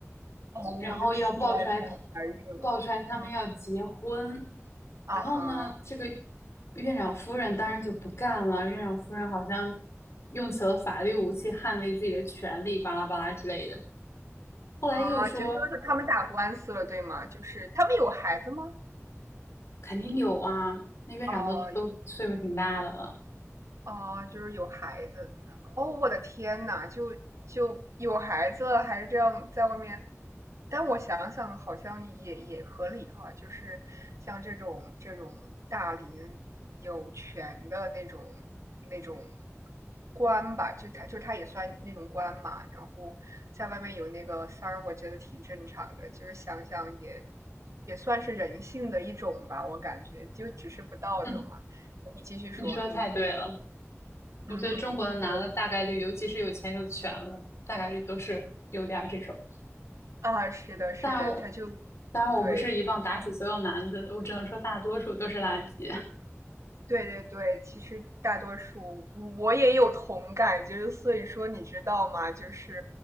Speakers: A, on the right; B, on the left.
A: 哦，
B: 然后要爆出来他，
A: 我的天呐，怀孕了，
B: 爆出来他们要结婚，
A: 嗯，啊哈，
B: 然后呢，这个院长夫人当然就不干了，院长夫人好像用起了法律武器捍卫自己的权利，巴拉巴拉之类的。后来又说
A: 啊，就就是他们打官司了，对吗？就是他们有孩子吗？
B: 肯定有啊，那院长都都岁数挺大的了。
A: 哦，哦，就是有孩子。哦，我的天呐，就就有孩子了，还这样在外面。但我想想，好像也也合理哈、就是像这种这种大龄有权的那种那种官吧，就他就他也算那种官嘛，然后在外面有那个三儿，我觉得挺正常的，就是想想也也算是人性的一种吧，我感觉就只是不道德嘛。
B: 嗯，
A: 你继续说，
B: 你说的太对了，
A: 嗯。
B: 我觉得中国的男的大概率，
A: 嗯哼，嗯对，
B: 尤其是有钱有权的，大概率都是有点儿这种。
A: 啊，是的，是的，
B: 当然我，
A: 他就
B: 当然我不是一棒打死所有男的，
A: 对，
B: 我只能说大多数都是垃圾。
A: 对对对，其实大多数我也有同感，就是所以说，你知道吗？就是